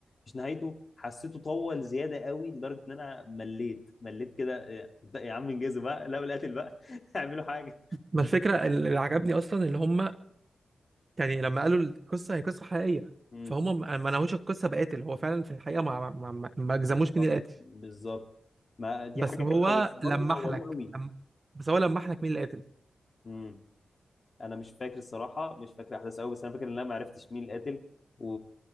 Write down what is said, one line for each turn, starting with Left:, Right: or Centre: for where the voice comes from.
Left: مش نهايته حسيته طول زياده قوي لدرجه ان انا مليت مليت كده إيه، يا عم انجزوا بقى لا بالقاتل بقى <laughs> اعملوا حاجه
Right: ما الفكره اللي عجبني اصلا اللي هم يعني لما قالوا القصه هي قصه حقيقيه
Left: امم
Right: فهم ما ما نهوش القصه بقاتل هو فعلا في الحقيقه ما ما ما, ما جزموش
Left: بالظبط
Right: مين اللي قاتل
Left: بالظبط ما دي
Right: بس
Left: حاجه
Right: هو
Left: حلوه بس برضه
Right: لمح
Left: طولوه
Right: لك
Left: قوي
Right: لم... بس هو لمح لك مين اللي قاتل
Left: امم انا مش فاكر الصراحه مش فاكر احداث قوي بس انا فاكر ان انا ما عرفتش مين القاتل و...